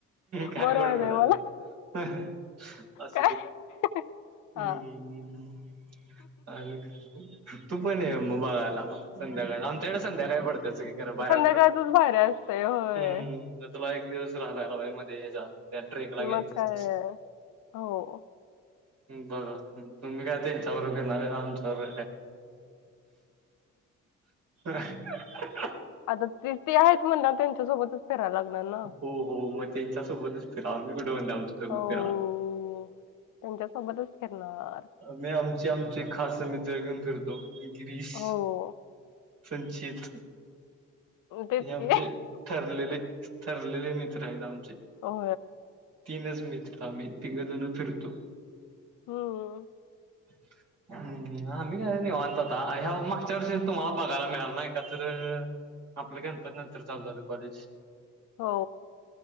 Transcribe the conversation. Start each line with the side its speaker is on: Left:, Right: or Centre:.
Right: काय
Left: बरं
Right: पण
Left: व्हायलंय
Right: पणाल
Left: मला
Right: अस
Left: काय
Right: ते हम्
Left: हां.
Right: हम् हम्म हम् आणि तू पण ये मुभागायला संध्याकाळ आ तेढ संध्याकाही पडत सळीकडें बाहेर
Left: संध्याकाळचंच
Right: पडत
Left: भारी असतंय होय.
Right: हम्म तुला एक दिवस राहताला बाई मध्ये हच्या त्या ट्रेकला
Left: मग
Right: गेयस
Left: काय हो.
Right: बघा तुम्ही काय ते चौ रुपये न लाम च रु ह
Left: आता ते ते आहेत म्हणणा त्यांच्यासोबतच फिरायला लागणार ना.
Right: हो हो मग त्यांच्या सोबतच फिरा आमच स
Left: हो.
Right: फिरा
Left: त्यांच्यासोबतच फिरणार.
Right: मी आमची आमचे खास मित्रघण करतो गिरीश
Left: हो.
Right: संचित
Left: तेच
Right: हे आमचे
Left: की.
Right: ठरलेले ठरलेले राम
Left: हो
Right: मिम्ही तिघजून फिरतो
Left: हम्म
Right: <unintelligible> हम् आम्ही काय निवनतोता अ मागच्या वष तुम्हाला बघायला मिळाल ना एका तर आपलं कांतर नंतर चालू झालं कॉलेज
Left: हो